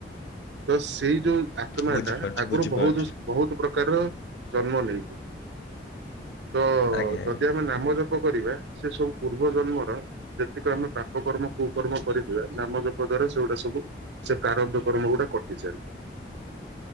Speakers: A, on the right (about 75°); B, on the left (about 70°).
A: ତ ସେଇ ଯୋଉ ଆତ୍ମାଟା
B: ବୁଝିପାରୁଛି
A: ଆଗରୁ
B: ବୁଝିପାରୁଛି
A: ବହୁତ ବହୁତ ପ୍ରକାରର ଜନ୍ମ ନେଇଚି। ତ
B: ଆଜ୍ଞା ଆଜ୍ଞା
A: ଯଦି ଆମେ ନାମ ଜପ କରିବା ସେସବୁ ପୂର୍ବ ଜନ୍ମର ଯେତିକ ଆମେ ପାପ କର୍ମ କୁକର୍ମ କରିଥିବା ନାମ ଜପ ଦ୍ଵାରା ସେଗୁଡା ସବୁ ସେ କାରବ୍ୟ କର୍ମ ଗୁଡା କଟିଯାଏ।